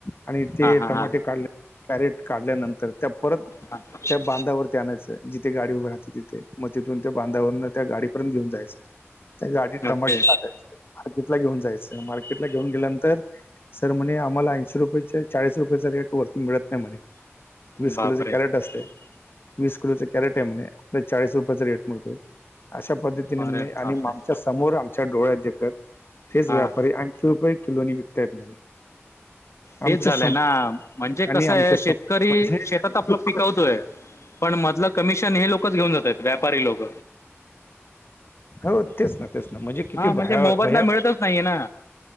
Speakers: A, on the left; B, on the left.
A: आणि ते
B: हां हां
A: टमाटे
B: हां
A: काढल्या कॅरेट काढल्यानंतर त्या परत
B: हा <unintelligible>
A: त्या बांधावरती आणायचं जिथे उभी राहते तिथे मग तिथून त्या बांधावरं त्या गाडी पर्यंत घेऊन जायचं. हं <unintelligible> त्या गाडीत टमाटे
B: ओके
A: टाकायचे मार्केटला घेऊन जायचं मार्केटला घेऊन गेल्यानंतर सरम्हण आम्हाला ऐंशी रुपये चे चाळीस रुपयाचा रेट वरती मिळत नाही म्हणे. विस
B: बापरे
A: किलोच कॅरेट असतय. वीस किलोच कॅरेट आहे म्हणे त्यात चाळीस रुपयाचा रेट मिळतोय अशा पद्धतीने
B: अरे
A: म्हणे आणि
B: बापरे
A: आमच्या समोर आमच्या डोळ्या देखत तेच
B: हां
A: व्यापारी ऐशी रुपये किलो नि विकतायत म्हणे.
B: तेच
A: आमच्या
B: झालंय
A: समोर
B: ना म्हणजे
A: आणि
B: कसय
A: आमच्या समोर
B: शेतकरी
A: म्हणजे
B: शेतात आपलं
A: दुःख
B: पिकवतोय पण मधलं कमिशन हे लोकच घेऊन जातात व्यापारी लोक.
A: होतेच ना. तेच ना म्हणजे किती
B: हा म्हणजे
A: भया
B: मोबदला
A: भया
B: मिळतच नाहीये ना.